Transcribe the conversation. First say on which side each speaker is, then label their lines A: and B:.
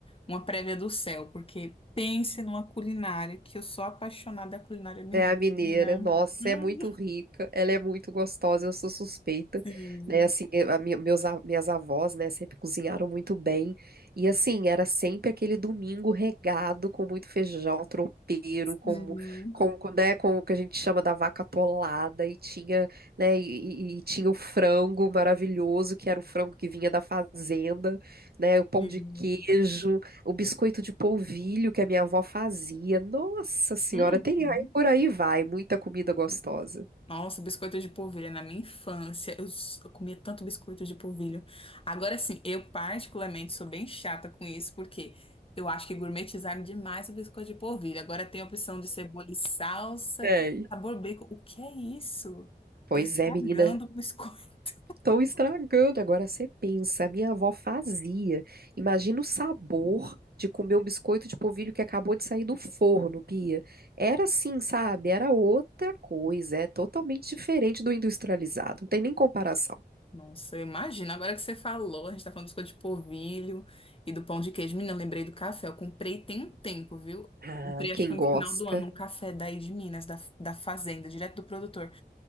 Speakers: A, on the left; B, on the right.
A: uma prévia do céu, porque pense numa culinária que eu sou apaixonada da culinária mineira,
B: É a mineira,
A: menina.
B: nossa,
A: Hum,
B: é muito rica, ela é muito gostosa, eu sou suspeita,
A: Sim,
B: né? Assim, eu- a minha- meus, a- minhas avós, né, sempre cozinharam muito bem. E assim, era sempre aquele domingo regado com muito feijão tropeiro,
A: sim,
B: com, com, com, né, com o que a gente chama da vaca atolada, e tinha, né, e, e- e tinha o frango maravilhoso, que era o frango que vinha da fazenda, né, o pão
A: sim.
B: de queijo. O biscoito de polvilho que a minha avó fazia. Nossa senhora,
A: Uhum.
B: tem aí por aí vai, muita comida gostosa.
A: Nossa, biscoito de polvilho na minha infância. Eu, s- eu comia tanto biscoito de polvilho. Agora sim, eu particularmente sou bem chata com isso, porque eu acho que gourmetizaram demais o biscoito de polvilho. Agora tem a opção de cebola e salsa,
B: Sei.
A: sabor bacon. O que é isso?
B: Pois
A: Tô estragando
B: é, menina,
A: o biscoito.
B: estão estragando. Agora você pensa, a minha avó fazia. Imagina o sabor de comer um biscoito de polvilho que acabou de sair do forno, Bia. Era assim, sabe? Era outra coisa, é totalmente diferente do industrializado. Não tem nem comparação.
A: Nossa, eu imagino. Agora que você falou, a gente tá falando do biscoito de polvilho e do pão de queijo. Menina, eu lembrei do café. Eu comprei tem um tempo, viu?
B: Ah,
A: Comprei, acho
B: quem
A: que foi
B: gosta
A: no final do ano, um café daí de Minas, da, da fazenda, direto do produtor.